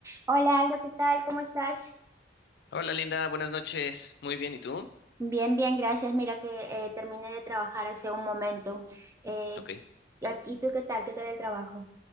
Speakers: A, on the right; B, on the left.
A: Hola, Aldo, ¿qué tal? ¿Cómo estás?
B: Hola Linda, buenas noches. Muy bien, ¿y tú?
A: Bien, bien, gracias. Mira que eh, terminé de trabajar hace un momento. Eh,
B: Ok.
A: ¿y a- y tú qué tal? ¿Qué tal el trabajo?